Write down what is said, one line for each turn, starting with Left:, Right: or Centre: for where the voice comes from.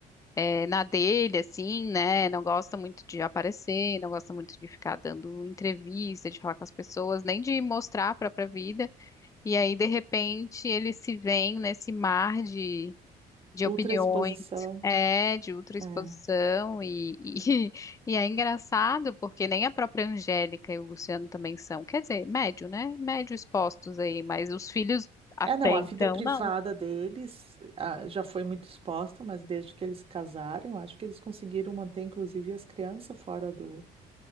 Left: é, na dele, assim, né? Não gosta muito de aparecer, não gosta muito de ficar dando entrevista, de falar com as pessoas, nem de mostrar a própria vida. E aí, de repente, ele se vê nesse mar de de
Right: Ultra
Left: opiniões,
Right: exposição.
Left: é, de ultraexposição
Right: É.
Left: e, e, <laughs> e é engraçado porque nem a própria Angélica e o Luciano também são, quer dizer, médio, né? Médio expostos aí, mas os filhos até
Right: É, não, a
Left: então
Right: vida privada
Left: não.
Right: deles ah, já foi muito exposta, mas desde que eles casaram, eu acho que eles conseguiram manter, inclusive, as crianças fora do,